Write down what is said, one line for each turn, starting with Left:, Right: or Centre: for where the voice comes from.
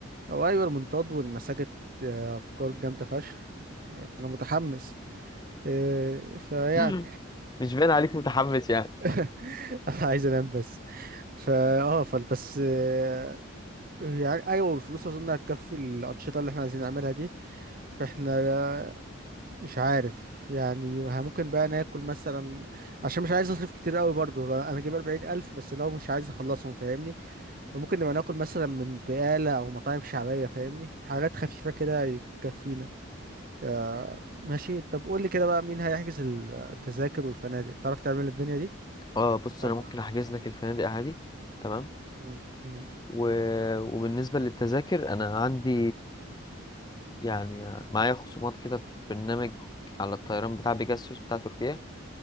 Right: هو ايوه المنطاد والمساجد آه، افكار جامدة فشخ آه، انا متحمس آه، فيعني
Left: <laughs> مش باين عليك متحمس يعني
Right: <laughs> انا عايز انام بس فا اه فال بس آه، يعني ايوه والفلوس اظن هتكفي الانشطه اللي احنا عايزين نعملها دي فاحنا لا- مش عارف يعني ه- ممكن بقى ناكل مثلا عشان مش عايز اصرف كتير قوي برضو لا، انا جايب أربعين الف بس لو مش عايز اخلصهم فاهمني فممكن نبقى ناكل مثلا من بقالة او مطاعم شعبية فاهمني حاجات خفيفة كده تكفينا آه، ماشي طب قول لي كده بقى مين هيحجز ال- التذاكر والفنادق تعرف تعمل الدنيا دي
Left: اه بص
Right: ولا
Left: أنا ممكن أحجز لك الفنادق عادي تمام
Right: م- م-
Left: و... وبالنسبة للتذاكر أنا عندي يعني معايا خصومات كده في برنامج على الطيران بتاع بيجاسوس بتاع تركيا